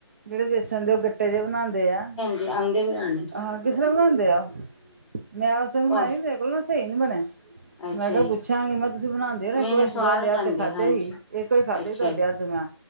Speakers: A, on the right; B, in the centre.
A: ਜਿਹੜੇ ਵੇਸਣ ਦੇ ਉਹ ਗੱਟੇ ਜਿਹੇ ਬਣਾਂਦੇ ਆ।
B: ਤੇ ਆਂਦੀ ਬਣਾਣੀ।
A: ਹਾਂ ਕਿਸ ਤਰਾਂ ਬਣਾਉਂਦੇ ਉਹ, ਮੈਂ ਉਸ ਤਰਾਂ ਬਣਾਈ
B: ਉਹ
A: ਮੇਰੇ ਕੋਲੋਂ ਨਾ ਸਹੀ ਨਹੀਂ ਬਣੇ।
B: ਅੱਛਾ
A: ਮੈਂ ਕਿਹਾ
B: ਜੀ
A: ਪੁੱਛਾਂਗੀ ਮੈਂ, ਤੁਸੀਂ ਬਣਾਉਂਦੇ ਹੋ ਨਾ
B: ਨਹੀਂ
A: ਇੱਕ ਵਾਰੀ
B: ਨਹੀਂ ਸਵਾਦ
A: ਤੁਹਾਡੇ ਹੱਥ
B: ਬਣਦੇ
A: ਤੇ ਖਾਧੇ
B: ਹਾਂਜੀ
A: ਹੀ। ਇਕ ਕੋਈ ਖਾਧੇ
B: ਅੱਛਾ
A: ਹੀ ਤੁਹਾਡੇ
B: ਜੀ
A: ਹੱਥ ਦੇ ਮੈਂ।